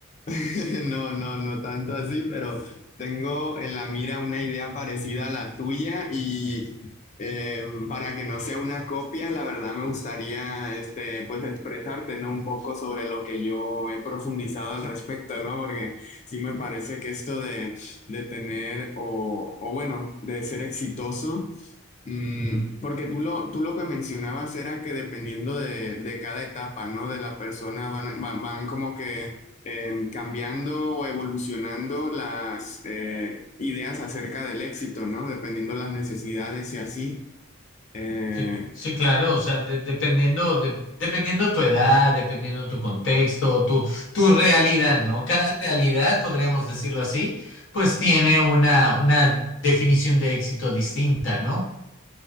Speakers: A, on the left; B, on the left.
A: <laughs> No, no, no tanto así, pero tengo en la mira una idea parecida a la tuya y eh, para que no sea una copia, la verdad me gustaría este, pues expresarte, ¿no? Un poco sobre lo que yo he profundizado al respecto, ¿no? Porque sí me parece que esto de, de tener o, o bueno, de ser exitoso. Mm,
B: Ujú.
A: Porque tú lo, tú lo que mencionabas era que dependiendo de, de cada etapa, ¿no? De la persona van, van, van como que eh, cambiando o evolucionando las eh, ideas acerca del éxito, ¿no? Dependiendo las necesidades y así. Eh,
B: Sí, sí, claro, o sea, de- dependiendo, de- dependiendo tu edad, dependiendo tu contexto, tu, tu realidad, ¿no? Cada realidad, podríamos decirlo así, pues tiene una, una definición de éxito distinta, ¿no?